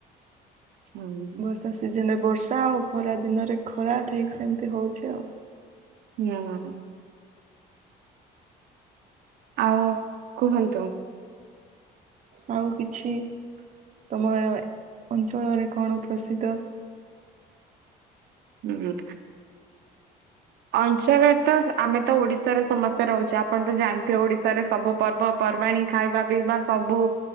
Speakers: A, on the right; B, on the right.
A: <unintelligible>
B: ଭା ସିଜନ ରେ ବର୍ଷା ଆଉ ଖରା ଦିନରେ ଖରା ଠିକ ସେମିତି ହଉଛି ଆଉ।
A: ହଁ। ଆଉ କୁହନ୍ତୁ।
B: ଆଉ କିଛି ତମ ଅଏ ଅଞ୍ଚଳରେ କଣ ପ୍ରସିଦ୍ଧ?
A: ହୁଁ। ଅଞ୍ଚଳରେ ତ ସ୍ ଆମେ ତ ଓଡିଶାରେ ସମସ୍ତେ ରହୁଛେ ଆପଣ ତ ଜାଣିଥିବେ ଓଡିଶାରେ ‌। ସବୁ ପର୍ବପର୍ବାଣୀ ଖାଇବା ପିଇବା ସବୁ